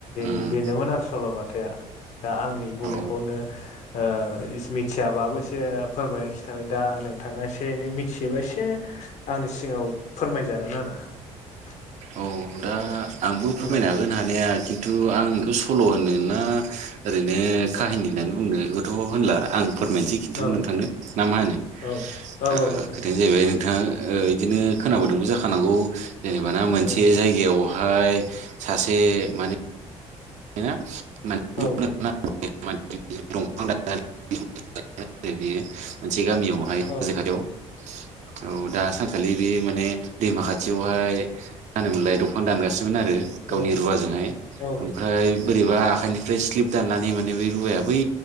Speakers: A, on the right; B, on the left.
A: उम
B: बे बेनोमोन आरो सल'बाथाया। दा आंनि बुंनायखौनो
A: औ
B: ओ इस मिथियाबाबो एसे फोरमाय थाबाय दा नोंथाङा एसे एनै मिथियोबा एसे आंनि सिगाङाव फोरमायजागोन आरो। <unintelligible>
A: औ दा आंबो फोरमायनो
B: औ
A: हागोन हानाया खिन्थु आं बेखौ सल' होनो ना ओरैनो काहानि होननानै बुंनायखौथ' होनला आं फोरमायनोसै खिन्थु
B: औ
A: नोंथांनो ना मा होनो
B: औ औ
A: ओ
B: नोंथां
A: खोथायानो जाहैबाय नोंथाङा ओ बिदिनो खोनाबोदोंबो जाखानांगौ जेनेबा ना मोनसे
B: औ
A: जायगायाव हाय सासे माने हेना। <unintelligible>
B: औ
A: मोनसे गामियावहाय हाजो
B: औ
A: खाथियाव।
B: <unintelligible>
A: औ दा सानखालि बे माने दैमा खाथियावहाय मा होनोमोनलाय दंफां दानगासि नोमोन आरो
B: औ
A: गावनि रुवाजोंहाय
B: औ
A: ओमफ्राय बोरैबा आखाइनिफ्राय स्लिप दाननानै माने बे रुवाया बै